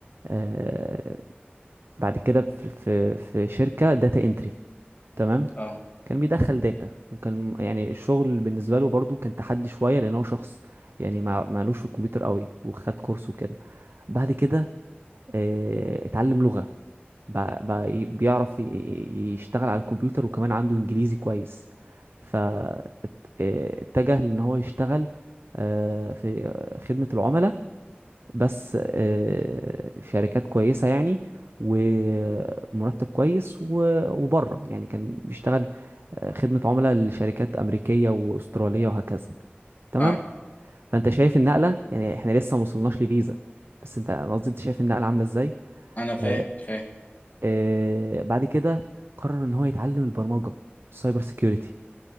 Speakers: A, on the right; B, on the left.
A: آه بعد كده في في في شركة داتا انتري تمام
B: اه
A: كان بيدخل داتا وكان يعني الشغل بالنسبة له برضو كان تحدي شوية لان هو شخص يعني ما معلوش في الكمبيوتر قوي وخد كورس وكده بعد كده آه، اتعلم لغة بقى بقى ي- بيعرف ي- ي- يشتغل على الكمبيوتر وكمان عنده انجليزي كويس ف ات- آه، اتجه لان هو يشتغل آه، في خدمة العملاء بس آه، في شركات كويسة يعني ومرتب كويس و- وبره يعني كان بيشتغل آه، خدمة عملاء لشركات أمريكية وأسترالية وهكذا تمام
B: اه
A: فأنت شايف النقلة يعني احنا لسه ما وصلناش لفيزا بس انت أنا قصدي انت شايف النقلة عاملة ازاي
B: انا فاهم
A: آه،
B: فاهم
A: آه، بعد كده قرر ان هو يتعلم البرمجة والسايبر سيكيورتي